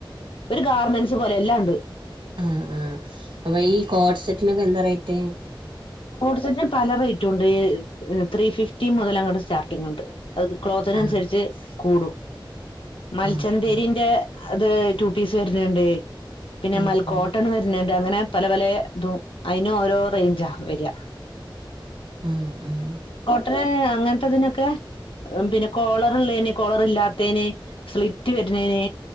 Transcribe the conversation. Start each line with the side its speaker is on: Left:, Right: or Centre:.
Left: ഒരു ഗാർമെന്റ്സ് പോലെ എല്ലാം ഉണ്ട്.
Right: ആഹ് ആഹ് അപ്പൊ ഈ കോട്സെറ്റിനൊക്കെ എന്താ റേറ്റ്?
Left: കോഡ്സെറ്റ് പല റേറ്റും ഇണ്ട്, ഏഹ് ത്രീ ഫിഫ്റ്റി മുതൽ അങ്ങട്ട് സ്റ്റാർട്ടിങ് ഇണ്ട്. അത് ക്ലോത്തിനനുസരിച്ച്
Right: ആഹ്
Left: കൂടും, മൽചന്തേരിന്റെ
Right: ആഹ് ആഹ്
Left: അത് റ്റൂ പീസ് വരുന്നുണ്ട്, പിന്നെ
Right: ആഹ്
Left: മൽക്കോട്ടൺ
Right: ആഹ്
Left: വരുന്നുണ്ട്. അങ്ങനെ പലേ പലേ ഇതും അയിന് ഓരോ റേയ്ഞ്ചാ വെരാ
Right: ഉം ഉം
Left: ഏഹ് അങ്ങനത്തെതിനൊക്കെ ഉം പിന്നെ കോളറ്ള്ളേന് കോളറ് ഇല്ലാത്തേന് സ്ലിറ്റ് വരുന്നേന്